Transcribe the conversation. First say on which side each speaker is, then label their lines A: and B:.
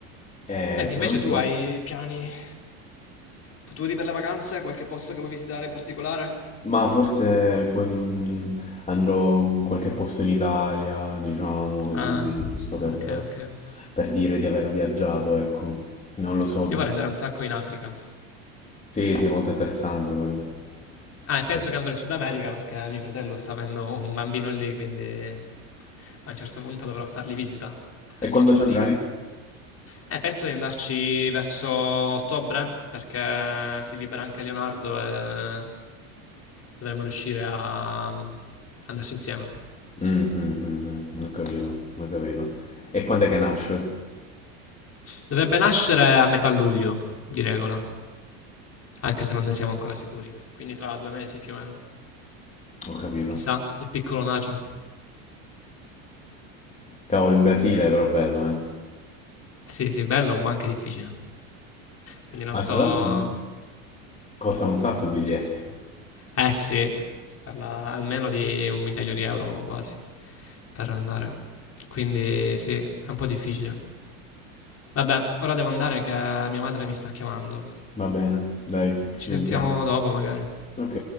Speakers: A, on the left (about 20°); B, on the left (about 35°).
A: E,
B: Senti, invece
A: tra l'altro,
B: tu hai piani futuri per le vacanze? Qualche posto che vuoi visitare in particolare?
A: ma forse que- mm, andrò in qualche posto in Italia, diciamo così,
B: Ah,
A: giusto per,
B: ok, ok.
A: per dire di aver viaggiato, ecco. Non lo so.
B: Io vorrei andare un sacco in Africa.
A: Sì, sì, è molto interessante quello.
B: Ah, e penso
A: Sì.
B: che andrò in Sud America perché mio fratello sta avendo un bambino lì, quindi a un certo punto dovrò fargli visita al
A: E quando
B: mio nipotino.
A: ci andrai?
B: Eh, penso di andarci verso ottobre, perché si libera anche Leonardo e dovremmo riuscire a a andarci insieme.
A: Mm, mm, mm, mm, ho capito, ho capito. E quando è che nasce?
B: Dovrebbe nascere a metà luglio, di regola, anche se non ne siamo ancora sicuri. Quindi tra due mesi più o meno.
A: Ho capito.
B: Chissà, il piccolo Nacio.
A: Cavolo, in Brasile è però bello, eh.
B: Sì, sì, bello, ma anche difficile. Quindi non
A: Ah,
B: so...
A: tra l'altro costano un sacco i biglietti.
B: Eh sì, si parla almeno di un migliaio di euro quasi per andare. Quindi sì, è un po' difficile. Vabbè, ora devo andare che mia madre mi sta chiamando.
A: Va bene, dai, ci
B: Ci sentiamo
A: sentiamo.
B: dopo magari.
A: Ok,